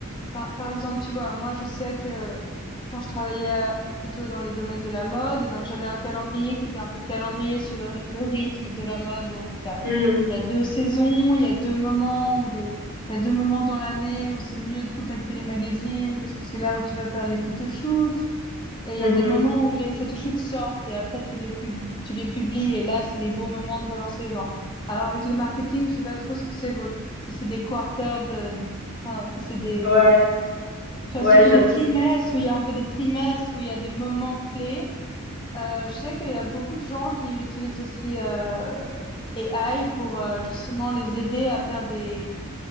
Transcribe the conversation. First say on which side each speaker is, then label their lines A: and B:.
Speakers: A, on the left (about 20°); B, on the left (about 50°).
A: Par, par exemple, tu vois, moi, je sais que quand je travaillais à- plutôt dans les domaines de la mode, eh ben, j'avais un calendrier qui était un peu calendrier sur le, ry- le rythme de la mode. Donc, t'as-
B: Hmm,
A: il y a deux saisons, il y a deux moments où les, il y a deux moments dans l'année où c'est mieux de contacter les magazines parce que c'est là où tu vas faire les photoshoots. Et il y
B: mhm.
A: a des moments où les photoshoots sortent et après tu les pub- tu les publies et là, c'est les bons moments de relancer les gens. Alors, avec le marketing, je sais pas trop ce que c'est votre, si c'est des quarters de, enfin, si c'est des
B: Ouais,
A: tu
B: ouais,
A: vois, si c'est
B: j'avoue.
A: des trimestres
B: c'est-
A: où il y a un peu des trimestres, où il y a des moments clés, euh, je sais qu'il y a beaucoup de gens qui utilisent aussi euh, AI pour euh, justement les aider à faire des,